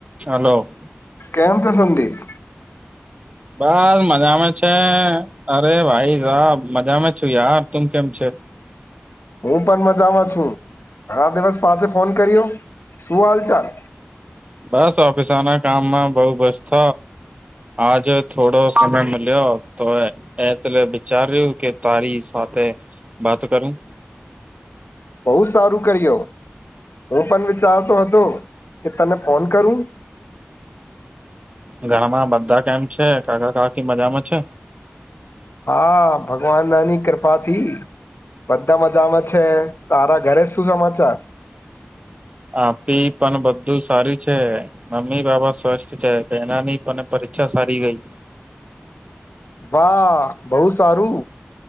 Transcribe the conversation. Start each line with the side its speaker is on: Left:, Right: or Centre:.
Right: હાલો.
Left: કેમ છે સંદીપ.
Right: બસ મજામાં છે અરે ભાઈ સાબ મજામાં છું યાર તું કેમ છે?
Left: હું પણ મજામાં છું ઘણા દિવસ પાંચે ફોન કર્યો શું હાલ ચાલ?
Right: બસ ઓફિસના કામમાં બઉ બસ છ આજ થોડો સમય મળ્યો તો એ. એ તોલે વિચાર રહ્યું કે તારી સાથે વાત કરું.
Left: બહુ સારું કર્યો હું પણ વિચારતો હતો કે તને ફોન કરું.
Right: ઘરમાં બધા કેમ છે, કાકા કાકી મજામાં છે?
Left: હા ભગવાના ની કૃપાથી બધા મજામાં છે તારા ઘરે શું સમાચાર?
Right: આ પી પણ બધું સારું છે. મમ્મી બાપા સ્વસ્થ છે એનાની પણ પરીક્ષા સારી ગઈ.
Left: વાહ બહુ સારું.